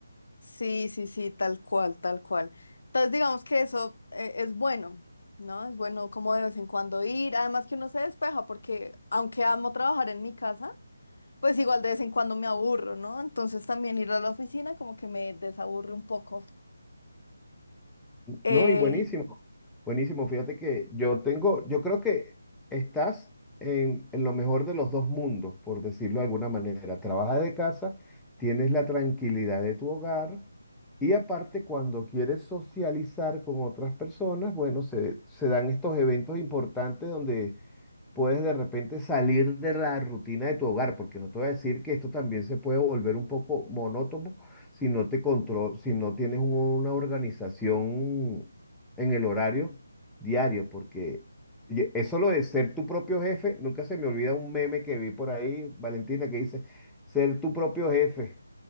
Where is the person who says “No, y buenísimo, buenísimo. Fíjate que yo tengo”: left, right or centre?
Centre